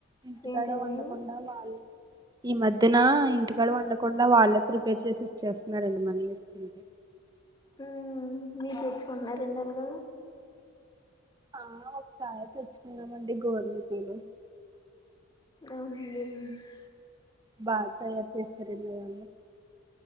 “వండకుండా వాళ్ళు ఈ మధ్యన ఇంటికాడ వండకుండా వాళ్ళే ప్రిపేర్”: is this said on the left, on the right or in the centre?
Right